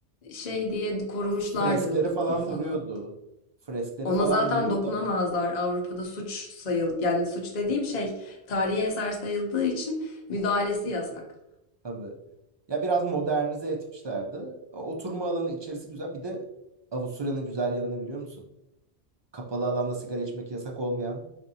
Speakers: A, on the left; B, on the right.
A: şey diye korumuşlardır
B: Ya, freskleri
A: o dokuyu
B: falan
A: falan.
B: duruyordu. Freskleri
A: Ona
B: falan
A: zaten
B: duruyordu
A: dokunamazlar. Avrupa'da suç sayıl, yani suç dediğim şey tarihi eser sayıldığı için müdahalesi yasak.
B: Tabii. Ya biraz modernize etmişlerdi. O Oturma alanı içerisi güzel. Bir de Avusturya'nın güzel yanını biliyor musun? Kapalı alanda sigara içmek yasak olmayan